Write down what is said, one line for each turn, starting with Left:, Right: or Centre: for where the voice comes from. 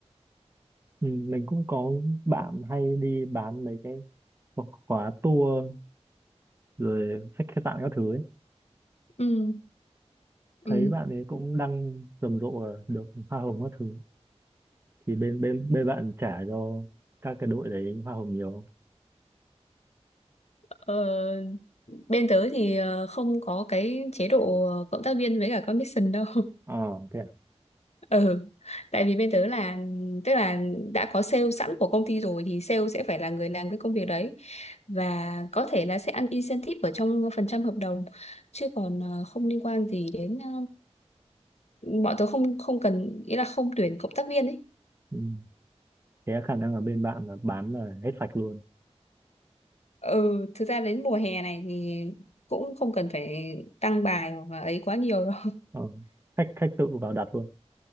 Right: Ừ, mình cũng có bạn hay đi bán mấy cái khóa khóa tour rồi khách khách sạn các thứ ấy.
Left: ừ, ừ,
Right: thấy bạn ấy cũng đăng rầm rộ là được hoa hồng các thứ thì bên bên bên bạn trả cho các cái đội đấy hoa hồng nhiều không?
Left: ờ, bên tớ thì ờ, không có cái chế độ cộng tác viên với cả commission đâu
Right: Ờ thế à?
Left: ừ tại vì bên tớ là tức là đã có sale sẵn của công ty rồi thì sale sẽ phải là người làm cái công việc đấy và có thể là sẽ ăn incentive ở trong phần trăm hợp đồng chứ còn ờ, không liên quan gì đến ờ, bọn tớ không không cần ý là không tuyển cộng tác viên ấy
Right: Ừ. Thế khả năng là bên bạn là bán là hết sạch luôn.
Left: ừ thực ra đến mùa hè này thì cũng không cần phải tăng bài hoặc là ấy quá nhiều đâu <laughs>
Right: Ờ, khách khách tự vào đặt luôn